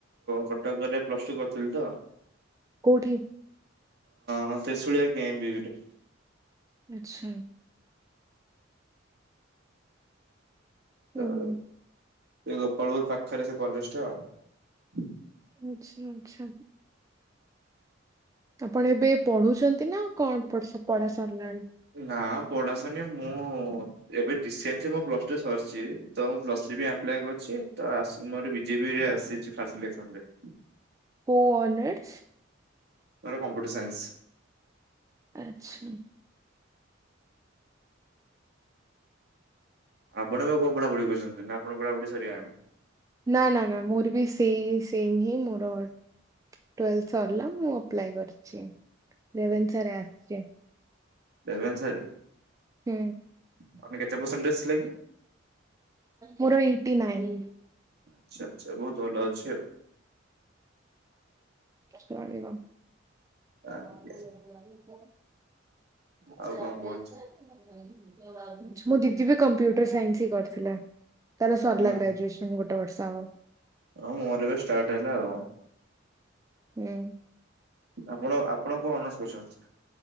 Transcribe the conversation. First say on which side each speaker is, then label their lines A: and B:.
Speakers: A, on the right; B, on the right.
A: କଟକରେ ପ୍ଲସ ଟୁ କରିଥିଲି ତ
B: କୋଉଠି
A: ହଁ ତ୍ରୀସୁଳିଆ କେଏମ୍ ବି ବି ଟି
B: ଆଚ୍ଛା। ହୁଁ।
A: ତ ଏ ଗୋପାଳପୁର ପାଖରେ ସେ କଲେଜ ଟା ଆଉ
B: ଆଚ୍ଛା ଆଚ୍ଛା ଆପଣ ଏବେ ପଢୁଛନ୍ତି ନା କଣ ପଢା ସାରିଲାଣି।
A: ନାଁ। ପଢା ଶରନୀ ମୁଁ ଏବେ ରିସେଣ୍ଟଲି ମୁ ପ୍ଲସ ଟୁ ସରିଛି ତ ମୁଁ ପ୍ଲସ ଥ୍ରୀ ଆପ୍ଲାଏ କରିଛି। ତ ମୋର ବିଜେପିରେ ଆସିଛି ଫାଷ୍ଟ ସିଲେକ୍ସନ ରେ
B: କୋଉ ଅନର୍ସ
A: ମୋର କମ୍ପ୍ୟୁଟର ସାଇନ୍ସ
B: ଆଚ୍ଛା।
A: ଆପଣ ଆ କଣ ପଢା ପଢି କରଛନ୍ତି ନା ଆପଣ ପଢା ପଢି ସରି ଗଲାଣି।
B: ନାଁ ନାଁ ନାଁ ମୋର ବି ସେଇ ସେମ୍ ହିଁ ମୋର ଟ୍ୱେଲ୍ଭ ସରିଲା ମୁଁ ଆପ୍ଲାଏ କରିଛି ରେଭେନ୍ସା ରେ ଆସିଛି।
A: ରେଭେନ୍ସା ରେ
B: ହୁଁ।
A: <unintelligible> ଆପ କେତେ ପରସେଣ୍ଟେ ଥିଲା କି
B: ମୋର ଏଇଟି ନାଇନ୍
A: ଆଛା ଆଛା ବହୁତ ଭଲ ଅଛି।
B: ଚାଲିବ <unintelligible>
A: ଆଜ୍ଞା
B: ଇ
A: ଆଉ କଣ
B: ଆଇ
A: କୁହନ୍ତୁ?
B: <unintelligible> <unintelligible> ମୁଁ ଦିଦି ବି କମ୍ପ୍ୟୁଟର ସାଇନ୍ସ ହି କରିଥିଲା ତାର ସରିଲା
A: ହୁଁ
B: ଗ୍ରାଜୁଏସନ ଗୋଟେ ଏବେ ବର୍ଷା ହବ।
A: ହଁ, ମୋର ଏବେ ଷ୍ଟାର୍ଟ ହେଲା ଆଉ।
B: ହୁଁ।
A: ଆପଣ ଆପଣ କଣ ଅନର୍ସ କରିଛନ୍ତି?